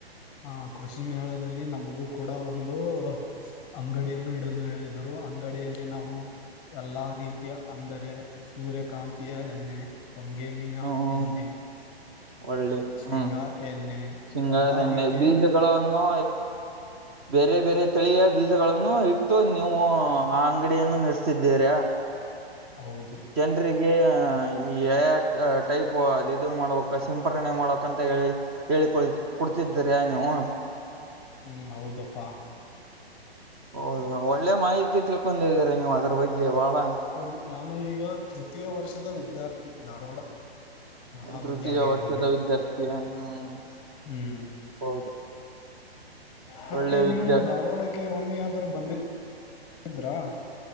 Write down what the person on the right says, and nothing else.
ಹ್ಮ್
ಒಳ್ಳೆ
ಹ್ಮ್
ಶಿಂಗದ
ಎಣ್ಣೆ
ಬೀಜಗಳನ್ನು ಬೇರೆ ಬೇರೆ ತಳಿಯ ಬೀಜಗಳನ್ನು ಇಟ್ಟು ನೀವು ಆ ಅಂಗಡಿಯನ್ನು ನಡೆಸ್ತಿದ್ದೀರ.
ಜನರಿಗೆ ಎಐ ಟೈಪ್ ಅದು ಇದು ಮಾಡ್ಬೇಕು ಸಿಂಪಣೆ ಮಾಡ್ಬೇಕಂತ ಹೇಳಿ ಹೇಳಿಕೊ ಕೊಡ್ತಿದ್ದೀರಿ ನೀವು.
ಹೌದು ಒಳ್ಳೆ ಮಾಹಿತಿ ತಿಳ್ಕೊಂಡಿದೀರ ನೀವು ಅದ್ರ ಬಗ್ಗೆ ಬಹಳ
ತೃತೀಯ ವರ್ಷದ ವಿದ್ಯಾರ್ಥಿ ಹ್ಮ್
ಹೌದು
ಒಳ್ಳೆ ವಿದ್ಯಾರ್ಥಿ